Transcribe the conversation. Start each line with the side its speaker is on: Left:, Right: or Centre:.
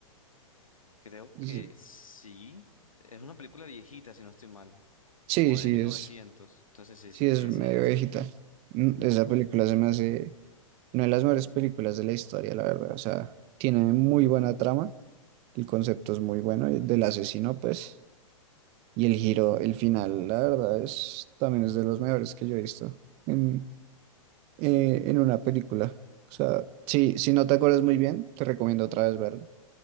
Left: Creo
Right: Y
Left: que
Right: sí,
Left: sí. Es una película viejita, si no estoy mal.
Right: sí,
Left: Como
Right: sí,
Left: de mil
Right: es,
Left: novecientos Entonces sí,
Right: sí
Left: sí,
Right: es
Left: sí,
Right: medio
Left: sí, es esa.
Right: viejita. Mm, Esa película se me hace no de las mejores películas de la historia, la verdad. O sea, tiene muy buena trama, el concepto es muy bueno, y del asesino, pues, y el giro, el final, la verdad, es también es de los mejores que yo he visto en, eh, en una película. O sea, sí, si no te acuerdas muy bien, te recomiendo otra vez verlo,